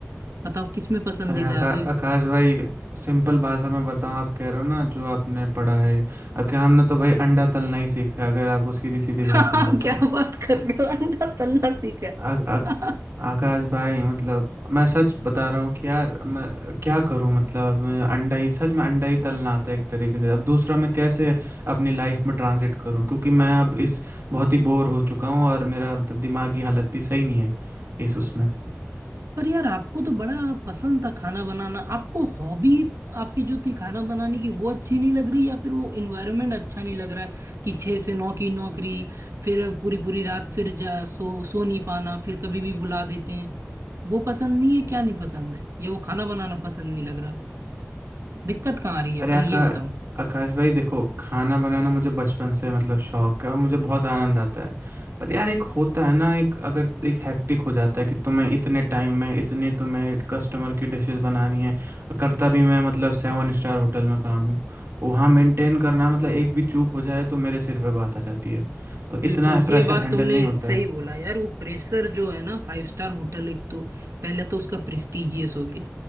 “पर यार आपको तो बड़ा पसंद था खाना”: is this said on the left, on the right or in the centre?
Right